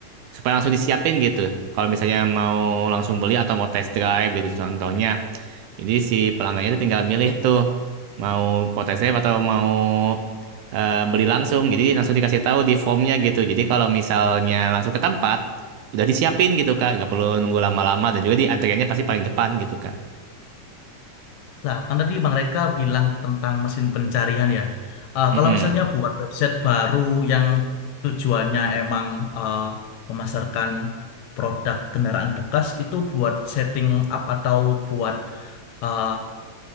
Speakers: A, on the right; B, on the left.
A: supaya langsung disiapin gitu. Kalau misalnya mau langsung beli atau mau test drive gitu contohnya. Jadi si pelanggannya itu tinggal milih tuh mau mau test drive atau mau eh, beli langsung. Jadi langsung dikasih tahu di formnya gitu. Jadi kalau misalnya langsung ke tempat udah disiapin gitu Kak, nggak perlu nunggu lama-lama dan juga di antriannya pasti paling depan gitu Kak.
B: Lah kan tadi Bang Reka bilang tentang mesin pencarian ya. Eh,
A: Mm-mm.
B: kalau misalnya buat website baru yang tujuannya emang eh, memasarkan produk kendaraan bekas itu buat setting up atau buat eh,